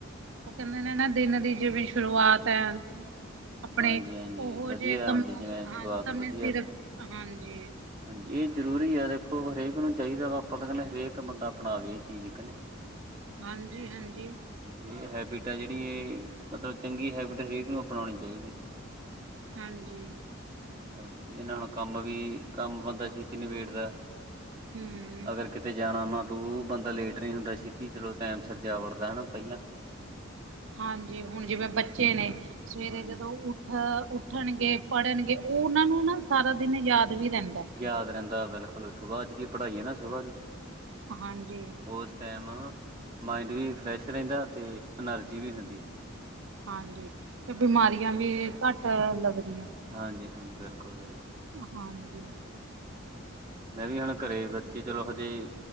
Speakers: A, on the right; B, on the right.
A: ਉਹ ਕਹਿੰਦੇ ਨੇ ਨਾ ਦਿਨ ਦੀ ਜਿਵੇਂ ਸ਼ੁਰੂਆਤ ਆ ਆਪਣੇ
B: ਹਾਂਜੀ-ਹਾਂਜੀ
A: ਉਹੋ
B: ਵਧੀਆ
A: ਜਿਹੇ ਕੰਮ
B: ਹੁੰਦੀ ਜਿਵੇਂ ਸ਼ੁਰੂਆਤ
A: ਹ ਸਮੇ
B: ਵਧੀਆ
A: ਸਿਰ ਹਾਂਜੀ।
B: ਹਾਂਜੀ, ਇਹ ਜ਼ਰੂਰੀ ਆ ਦੇਖੋ ਹਰੇਕ ਨੂੰ ਚਾਹੀਦਾ ਵਾ, ਆਪਾਂ ਤਾਂ ਕਹਿੰਦੇ ਹਰੇਕ ਬੰਦਾ ਅਪਣਾਵੇ ਇਹ ਚੀਜ਼ ਕਿ ਨਹੀ।
A: ਹਾਂ ਜੀ- ਹਾਂ ਜੀ!
B: ਇਹ ਹੈਬਿਟ ਜਿਹੜੀ ਮਤਲਬ ਚੰਗੀ ਹੈਬਿਟ ਹਰੇਕ ਨੂੰ ਅਪਣਾਉਣੀ ਚਾਹੀਦੀ ਹੈ।
A: ਹਾਂਜੀ
B: ਹਾਂਜੀ ਇਹਨਾਂ ਹੁਣ ਕੰਮ ਵੀ ਕੰਮ ਬੰਦਾ ਛੇਤੀ ਨਿਬੇੜਦੈ।
A: ਹੂੰ।
B: ਅਗਰ ਕਿਤੇ ਜਾਣਾ ਵਾ ਤੂੰ ਬੰਦਾ ਲੇਟ ਨਹੀਂ ਹੁੰਦਾ ਛੇਤੀ ਚਲੋ ਟਾਈਮ ਸਿਰ ਜਾ ਵੜਦਾ ਹਨਾ। ਪਹਿਲਾਂ
A: ਹਾਂਜੀ ਹੁਣ ਜਿਵੇਂ ਬੱਚੇ ਨੇ ਸਵੇਰੇ
B: ਹਾਂਜੀ
A: ਜਦੋਂ ਉਠ ਉੱਠਣਗੇ, ਪੜ੍ਹਨਗੇ, ਉਹ ਉਹਨਾਂ ਨੂੰ ਨਾ ਸਾਰਾ ਵੀ ਰਹਿੰਦਾ।
B: ਯਾਦ ਰਹਿੰਦਾ ਬਿਲਕੁਲ, ਸੁਭਾ ਦੀ ਪੜ੍ਹਾਈ ਹੈ ਨਾ ਸੁਭਾ ਦੀ।
A: ਹਾਂਜੀ।
B: ਉਸ ਟਾਈਮ ਮਾਇੰਡ ਵੀ ਫਰੈਸ਼ ਰਹਿੰਦਾ ਤੇ ਐਨਰਜੀ ਵੀ ਹੁੰਦੀ ਹੈ।
A: ਹਾਂਜੀ ਤੇ ਬਿਮਾਰੀਆਂ
B: ਹਾਂਜੀ।
A: ਵੀ ਘੱਟ ਲੱਗਦੀ
B: ਹਾਂਜੀ -ਹਾਂਜੀ, ਬਿਲਕੁਲ -ਬਿਲਕੁਲ।
A: ਹਾਂਜੀ।
B: ਮੈਂ ਵੀ ਹੁਣ ਘਰੇ ਬੱਚੀ, ਚਲੋ ਹਜੇ